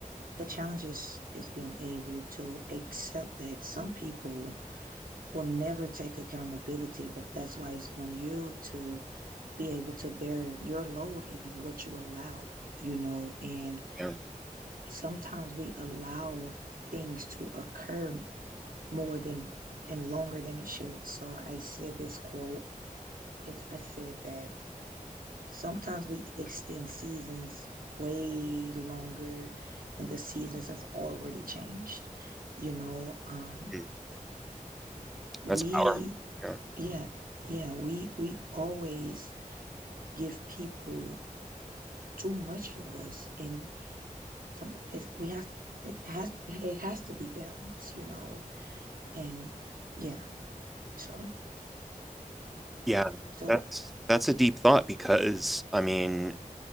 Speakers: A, on the right; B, in the centre.
A: the challenge is is being able to accept that some people will never take accountability, but that's why it's on you to be able to bear your load and what you allowed, you know, and
B: Yeah.
A: sometimes we allow things to occur more than and longer than it should. So I said this quote. It's, I said that sometimes we extend seasons way longer when the seasons have already changed. You know, um,
B: Mm,
A: we
B: that's powerful. Yeah.
A: yeah yeah we we always give people too much of us, and some it's, we have it has it has to be balanced. You know, and yeah. So,
B: Yeah,
A: so
B: that's that's a deep thought because I mean,